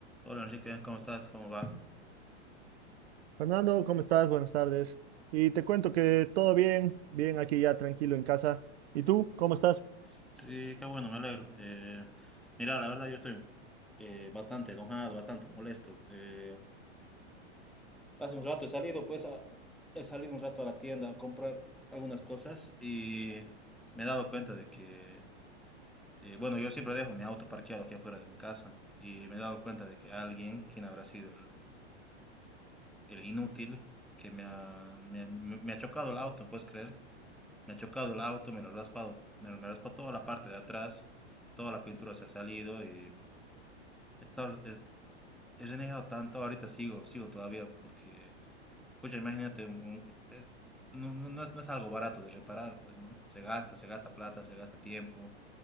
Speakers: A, in the centre; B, on the right (about 65°).
A: Hola Enrique, ¿cómo estás? ¿Cómo va?
B: Fernando, ¿cómo estás? Buenas tardes. Y te cuento que todo bien, bien aquí ya tranquilo en casa. ¿Y tú, cómo estás?
A: Sí, qué bueno, me alegro. Eh, mira, la verdad yo estoy eh, bastante enojado, bastante molesto. Eh, hace un rato he salido, pues, a- he salido un rato a la tienda a comprar algunas cosas y me he dado cuenta de que, eh, bueno, yo siempre dejo mi auto parqueado aquí afuera de mi casa y me he dado cuenta de que alguien, quien habrá sido el, el inútil, que me ha, me ha- me ha chocado el auto, ¿puedes creer? Me ha chocado el auto, me lo he raspado, me, me raspa toda la parte de atrás, toda la pintura se ha salido y he, estado- es- he renegado tanto, ahorita sigo, sigo todavía porque, pucha, imagínate, un- un- es- no, no- no es, no es algo barato de reparar, pues, ¿no? Se gasta, se gasta plata, se gasta tiempo